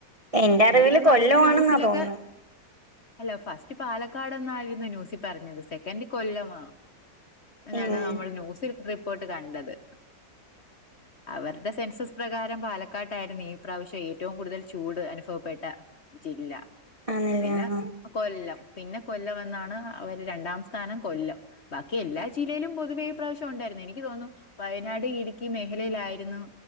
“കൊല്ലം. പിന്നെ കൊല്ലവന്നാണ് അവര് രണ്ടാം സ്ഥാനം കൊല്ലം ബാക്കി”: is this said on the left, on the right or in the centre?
Left